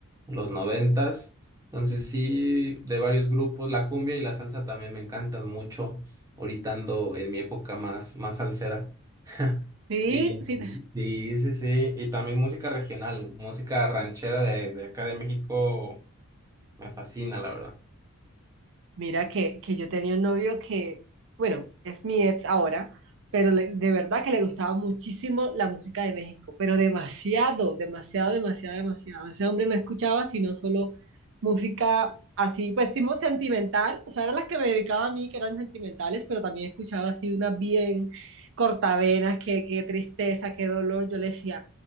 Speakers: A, on the right (about 15°); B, on the right (about 60°).
A: los noventas. Entonces sí, de varios grupos, la cumbia y la salsa también me encantan mucho. Ahorita ando en mi época más, más salsera. <laughs>
B: ¿Sí?
A: Y,
B: ¿Sí
A: y sí, sí, y también música regional, música ranchera de, de acá de México, me fascina, la
B: Mira que, que yo tenía un novio que, bueno, es mi ex ahora, pero le- de verdad que le gustaba muchísimo la música de México, pero demasiado, demasiado, demasiado, demasiado. Ese hombre no escuchaba sino solo música así, pues tipo sentimental, o sea, eran las que me dedicaba a mí, que eran sentimentales, pero también escuchaba así unas bien cortavenas, que qué tristeza, qué dolor. Yo le decía,